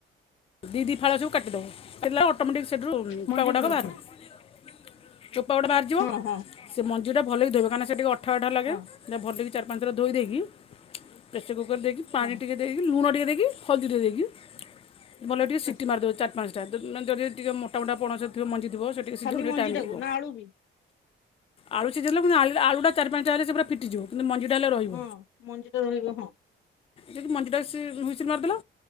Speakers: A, on the left; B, on the left.
A: ଦି ଦି ଫାଳ ସବୁ କାଟି ଦବ। <unintelligible> ଅଟୋମେଟିକ୍ ସେଠିରୁ ଚୋପାଗୁଡ଼ାକ
B: ମଞ୍ଜି ଗୁଡାକୁ
A: ବାହାରିବ। ଚୁପାଗୁଡ଼ା ବାହାରିଯିବ।
B: ହଁ ହଁ
A: ସେ ମଞ୍ଜିଟା ଭଲକି ଧୋଇବ। କାରଣ ସେ ଟିକେ ଅଠା ଅଠା ଲାଗେ।
B: ହଁ
A: ସେଟା ଭଲକି ଚାରି ପାଞ୍ଚ ଥର ଧୋଇ ଦେଇକି ପ୍ରେସର କୁକର୍ ଦେଇକି, ପାଣି
B: ହଁ
A: ଟିକେ ଦେଇକି, ଲୁଣ ଟିକେ ଦେଇକି, ହଳଦୀ ଟିକେ ଦେଇକି ଭଲକି ଟିକେ ସିଟି
B: ଆଚ୍ଛା।
A: ମାରିଦେବେ, ଚାର୍ ପାଞ୍ଚଟା ଯଦି ଟିକେ ମୋଟା ମୋଟା ପଣସ ଥିବ ମଞ୍ଜିଥିବ। ସେ ଟିକେ ସିଝିବାକୁ
B: ଖାଲି ମଞ୍ଜିଟାକୁ
A: ଟିକେ ଟାଇମ୍ ଲାଗିବ।
B: ନା ଆଳୁ ବି?
A: ଆଳୁ ସିଝେଇଲେ ପୁଣି ଆଳୁ-ଆଳୁଟା ଚାରି ପାଞ୍ଚଟା ହେଲେ, ସେ ପୁରା ଫିଟିଯିବ କିନ୍ତୁ ମଞ୍ଜିଟା ହେଲେ ରହିବ।
B: ହଁ ମଞ୍ଜି ଟା ରହିବ ହଁ।
A: ଯଦି ମଞ୍ଜିଟା ହ୍ଵିସିଲ୍ ମାରିଦେଲ,